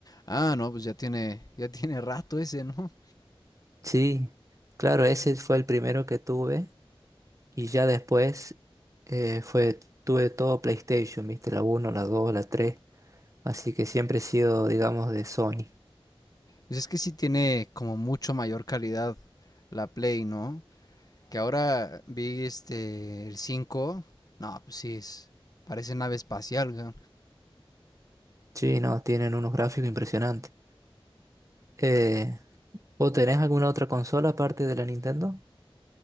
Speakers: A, on the left (about 40°); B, on the right (about 35°).
A: Ah, no, pues ya tiene, ya <laughs> tiene rato ese, ¿no?
B: Sí, claro, ese fue el primero que tuve y ya después eh, fue, tuve todo PlayStation, ¿viste? La uno, la 2, la 3. Así que siempre he sido, digamos, de Sony.
A: Pues es que sí tiene como mucho mayor calidad la Play, ¿no? Que ahora vi este el 5, no, pues sí es parece nave espacial. güey.
B: Sí, no, tienen unos gráficos impresionantes. Eh, ¿vos tenés alguna otra consola aparte de la Nintendo?